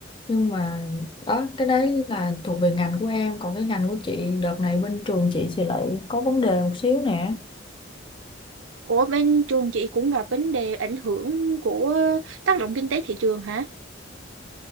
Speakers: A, on the left; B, on the right.
A: nhưng mà đó cái đấy là thuộc về ngành của em còn cái ngành của chị đợt này bên trường chị thì lại có vấn đề một xíu nè
B: Ủa bên trường chị cũng gặp vấn đề ảnh hưởng của tác động kinh tế thị trường hả?